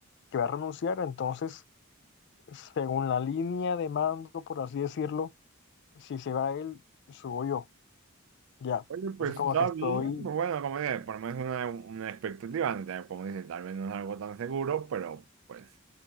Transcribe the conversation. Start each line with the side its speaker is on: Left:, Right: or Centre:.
Left: que va a renunciar, entonces según la línea de mando, por así decirlo, si se va él, subo yo, ya.
Right: Oye,
Left: Entonces
Right: pues
Left: como
Right: está
Left: que estoy...
Right: bien, pues bueno, como dije, por lo menos una, una expectativa, ¿no? Tal- como dices, tal vez no es algo tan seguro, pero pues